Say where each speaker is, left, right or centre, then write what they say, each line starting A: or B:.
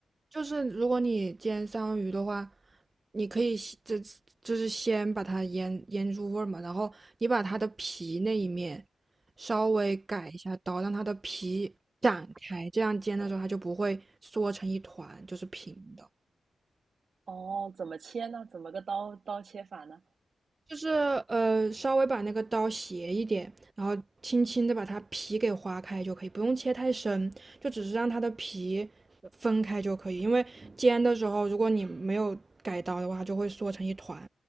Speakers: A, on the right (about 30°); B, on the right (about 60°).
A: 就是如果你煎三文鱼的话，你可以先这就是先把它腌腌入味儿嘛，然后你把它的皮那一面稍微改一下刀，让它的皮展开，这样煎的时候它就不会缩成一团，就是平的。
B: 哦，怎么切呢？怎么个刀刀切法呢？
A: 就是呃，稍微把那个刀斜一点，然后轻轻的把它皮给划开就可以，不用切太深，就只是让它的皮分开就可以。因为煎的时候，如果你没有改刀的话，它就会缩成一团。